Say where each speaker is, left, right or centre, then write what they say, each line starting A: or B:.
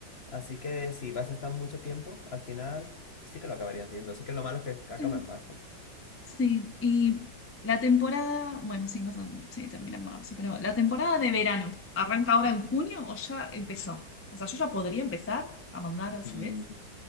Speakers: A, on the left; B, on the left.
A: Así que si vas a estar mucho tiempo, al final sí que lo acabarías viendo. Así que lo malo es que acaba
B: <laughs>
A: en marzo.
B: Sí, y la temporada, bueno, sí, más o- sí, termina en marzo, pero la temporada de verano, ¿arranca ahora en junio o ya empezó? O sea, yo ya podría empezar a mandar CVs.
A: Mm,